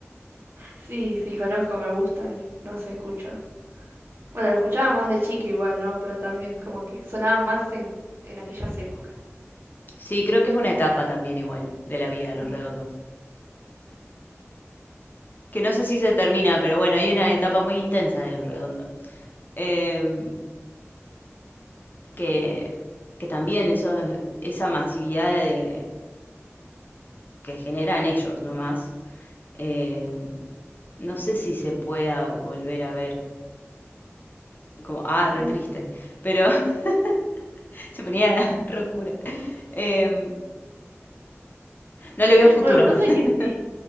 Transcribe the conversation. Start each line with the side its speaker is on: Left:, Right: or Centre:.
Right: Sí, sí, conozco, me gusta, el- no se escucha. Bueno, lo escuchaba más de chica igual, ¿no? Pero también como que sonaba más en, en aquellas épocas.
Left: Sí, creo que es una etapa también igual de la vida, los
Right: Mm.
Left: redondos. Que no sé si se termina, pero bueno, hay una etapa muy intensa de los redondos. Em, que, que también eso, esa masividad de- que generan ellos nomás eh, no sé si se pueda volver a ver. Como, ah, re
Right: Mm.
Left: triste. Pero <laughs> se ponía <laughs> re oscura. Em, no le veo futuro.
Right: Bueno, pasa
Left: <laughs>
Right: que sí,